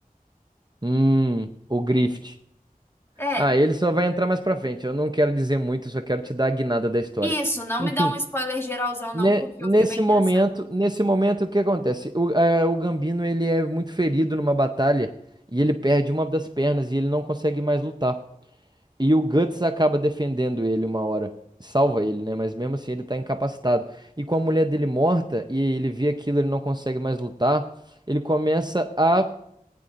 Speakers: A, on the right; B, on the left.
A: Hum, o Grift.
B: É.
A: Ah, ele só vai entrar mais pra frente. Eu não quero dizer muito, Eu só quero te dar a guinada da história.
B: Isso, não
A: Enfim.
B: me dá um spoiler geralzão, não,
A: Ne-
B: porque
A: nesse
B: eu fiquei bem interessada.
A: momento, nesse momento, o que acontece? O, a- o Gambino ele é muito ferido numa batalha e ele perde uma das pernas e ele não consegue mais lutar. E o Guts acaba defendendo ele uma hora, salva ele, né? Mas mesmo assim ele tá incapacitado. E com a mulher dele morta e ele vê aquilo, ele não consegue mais lutar, ele começa a,